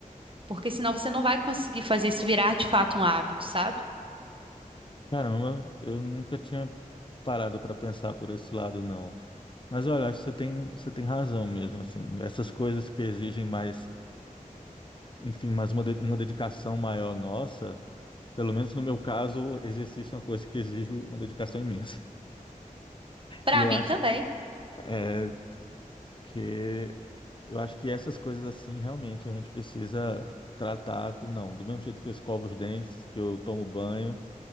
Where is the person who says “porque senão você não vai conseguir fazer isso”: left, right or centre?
Right